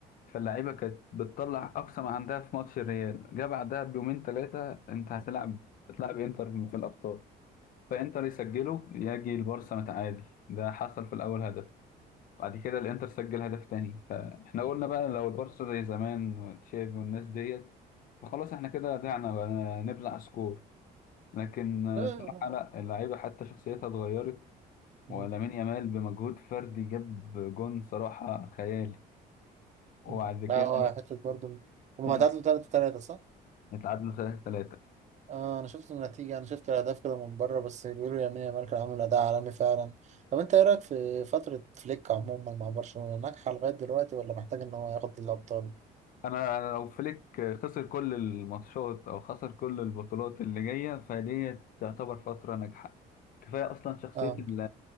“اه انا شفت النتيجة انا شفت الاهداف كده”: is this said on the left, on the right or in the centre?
Right